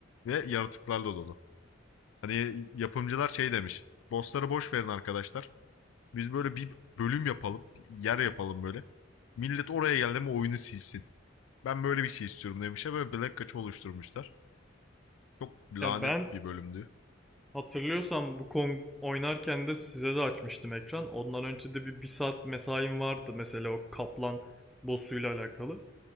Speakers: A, on the left; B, in the centre.
A: Ve yaratıklarla dolu. Hani yapımcılar şey demiş. Bossları boş verin arkadaşlar. Biz böyle bir bölüm yapalım. Yer yapalım böyle. Millet oraya geldi mi oyunu silsin. Ben böyle bir şey istiyorum demişler. Böyle Black Kaç'ı oluşturmuşlar. Çok lanet
B: Ya ben
A: bir bölümdü.
B: Hatırlıyorsam Wukong oynarken de size de açmıştım ekran. Ondan önce de bir, bir saat mesaim vardı mesela o kaplan boss'uyla alakalı.